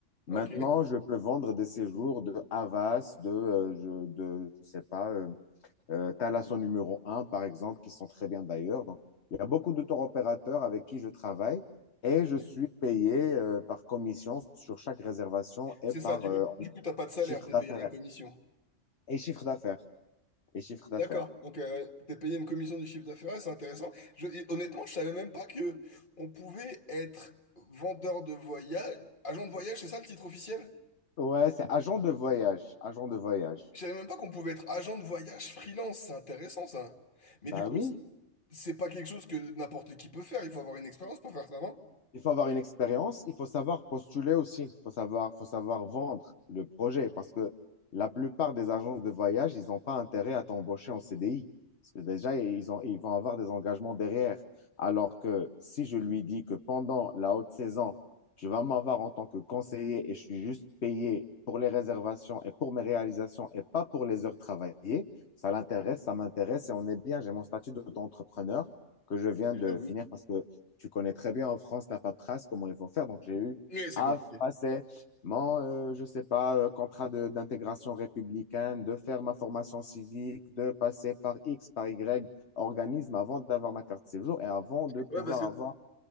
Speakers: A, on the left; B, on the left.
A: Ok,
B: Maintenant, je peux vendre des séjours de Havas, de, euh, je, de, je sais pas. euh, euh, tu as la son numéro un, par exemple, qui sont très bien d'ailleurs. Donc, il y a beaucoup de tour opérateurs avec qui je travaille et
A: ok.
B: je suis payé euh, par commission sur chaque réservation et
A: C'est
B: par
A: ça, du
B: euh,
A: coup, du coup, t'as pas de salaire,
B: chiffre
A: t'es
B: d'affaires.
A: payé à la commission.
B: Et chiffre d'affaires. Et chiffre d'affaires.
A: D'accord, donc euh, t'es payé une commission du chiffre d'affaires, c'est intéressant. Je- et honnêtement, je savais même pas que on pouvait être vendeur de voyage, agent de voyage, c'est ça le titre officiel?
B: Ouais, c'est agent de voyage. Agent de voyage.
A: Je savais même pas qu'on pouvait être agent de voyage freelance, c'est intéressant ça. Mais
B: Bah
A: du coup,
B: oui.
A: c'est pas quelque chose que n'importe qui peut faire, il faut avoir une expérience pour faire ça, non?
B: Il faut avoir une expérience, il faut savoir postuler aussi, il faut savoir, faut savoir vendre le projet parce que la plupart des agences de voyage, ils n'ont pas intérêt à t'embaucher en CDI parce que déjà, ils ont, ils vont avoir des engagements derrière. Alors que si je lui dis que pendant la haute saison, tu vas m'avoir en tant que conseiller et je suis juste payé pour les réservations et pour mes réalisations et pas pour les heures travaillées, ça l'intéresse, ça m'intéresse et on est bien. J'ai mon statut d'auto-entrepreneur que je viens
A: J'avoue.
B: de finir parce que tu connais très bien en France la paperasse, comment il faut faire. Donc, j'ai eu
A: Mais c'est
B: à
A: compliqué.
B: passer mon, euh, je sais pas, euh, contrat de- d'intégration républicaine, de faire ma formation civique, de passer par X, par Y organisme avant d'avoir ma carte de séjour et avant de pouvoir
A: Ouais, parce que
B: avoir...